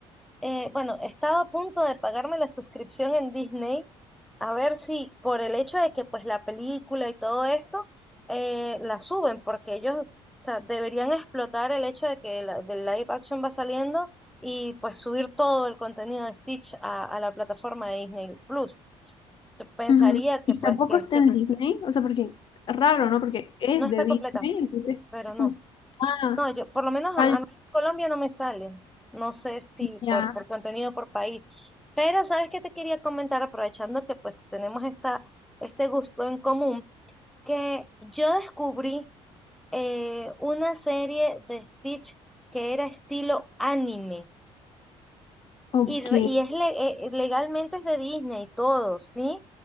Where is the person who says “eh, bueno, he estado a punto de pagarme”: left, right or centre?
Centre